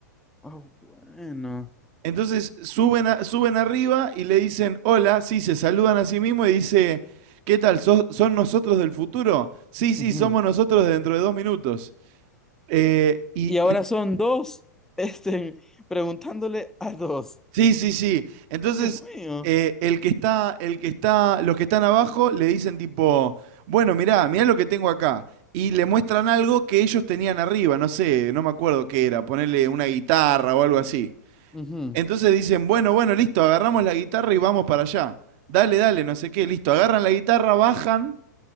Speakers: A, in the centre; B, on the right.
A: Ah, bueno.
B: Entonces, suben, a- suben arriba y le dicen, hola, sí, se saludan a sí mismos y dice, ¿qué tal? ¿Sos- ¿Son nosotros del futuro? Sí, sí,
A: Ujú.
B: somos nosotros dentro de dos minutos. Eh, y,
A: Y ahora
B: en-
A: son dos, <laughs> este, preguntándole a dos.
B: sí, sí, sí. Entonces,
A: Dios mío.
B: eh, el que está, el que está, los que están abajo le dicen tipo, bueno, mirá, mirá lo que tengo acá. Y le muestran algo que ellos tenían arriba, no sé, no me acuerdo qué era, ponerle una guitarra o algo así.
A: Ujú,
B: Entonces dicen, bueno, bueno, listo, agarramos la guitarra y vamos para allá. Dale, dale, no sé qué, listo. Agarran la guitarra, bajan